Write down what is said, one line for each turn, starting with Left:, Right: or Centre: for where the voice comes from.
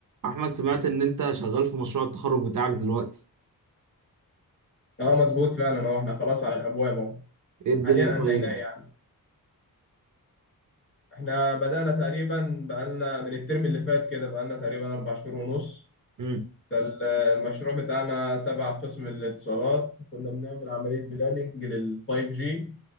Right: احمد سمعت ان انت شغال في مشروع التخرج بتاعك دلوقتي
Left: اه مظبوط فعلا هو احنا خلاص على الابواب اهو
Right: ايه الدنيا
Left: حاليا
Right: طيب
Left: انهيناه يعني احنا بدانا تقريبا بقالنا من الترم اللي فات كده بقالنا تقريبا اربع شهور ونص
Right: امم
Left: فالمشروع بتاعنا تبع قسم الاتصالات كنا بنعمل عمليه بلاننج لل 5 جي